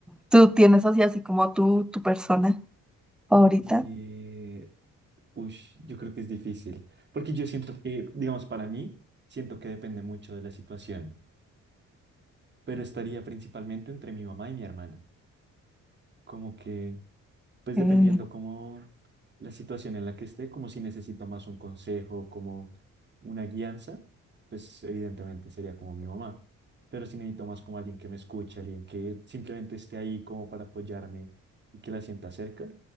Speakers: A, in the centre; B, on the right.
A: ¿Tú tienes así, así como tú, tu persona favorita?
B: Eh, ush, yo creo que es difícil, porque yo siento que, digamos, para mí, siento que depende mucho de la situación. pero estaría principalmente entre mi mamá y mi hermana. Como que, pues
A: Sí.
B: dependiendo como la situación en la que esté, como si necesito más un consejo, como una guianza, pues evidentemente sería como mi mamá. Pero si necesito más como alguien que me escuche, alguien que simplemente esté ahí como para apoyarme y que la sienta cerca,